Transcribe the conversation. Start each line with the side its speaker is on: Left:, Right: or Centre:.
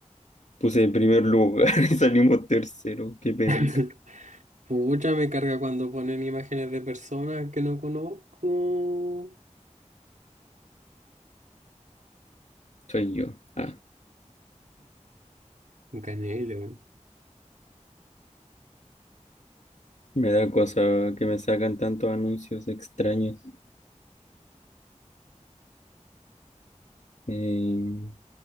Left: puse en primer lugar <laughs> y salimos tercero. Qué penca.
Right: <laughs> Pucha, me carga cuando ponen imágenes de personas que no conozco. <laughs>
Left: Soy yo. Ah,
Right: Un canelo.
Left: me da cosa que me sacan tantos anuncios extraños. Eh,